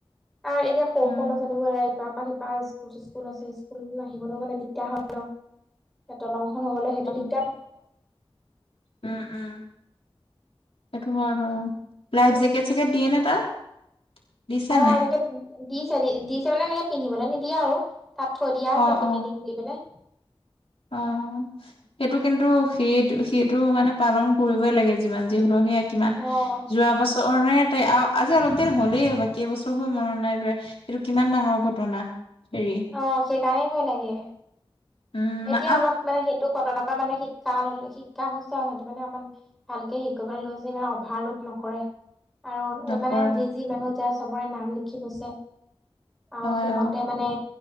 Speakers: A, in the centre; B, on the left.
A: আৰু এতিয়া সৰু
B: উম
A: সৰু ল' ছলীবোৰে ইপাৰ পৰা শিপাৰ স্কুল চিচ স্কুল আছে। স্কুল পা আহিবলৈ মানে দিগদাৰ হয় ন। এয়া দলং খন হ গ'লে হেটো দিগ
B: উ, উ হেটো হয় বাৰু। লাইফ
A: উম,
B: জেকেট চেকেট দিয়ে নে তাত। দিছে
A: অ
B: নাই
A: এনেকে দিছে দি দিছে মানে এনেকে পিন্ধিবলৈ নিদিয়ে আৰু। তাত থৈ দিয়া আছে
B: অ
A: পেকেটিং
B: অ
A: কৰি পেলাই।
B: অ। সেইটো কিন্তু সি সিটো মানে পালন কৰিবই লাগে যিমান যি হ'লক সেই কিমান
A: অ',
B: যোৱা বছৰ নে তাই আজি অলপ দিন হ'লেই হ'ব কেইবছৰ হল মনত নাই বা এইটো কিমান ডাঙৰ ঘটনা। হেৰি
A: আহ সেইকাৰণেই ভয় লাগে।
B: উম মা।
A: এতিয়া অলপ মানে সেইটো ঘটনাৰ পৰা মানে শিক্ষা ল শিক্ষা হৈছে আৰু সিহঁতি মানে অকমান। ভালকে শিকিবলৈ লৈছে ইমান অভাৰলোড নকৰে। আৰু
B: নকৰে
A: মানে যি-যি মানুহ যায় চবৰে নাম লিখি লৈছে। আৰু
B: হয়
A: সেইমতে
B: অ',
A: মানে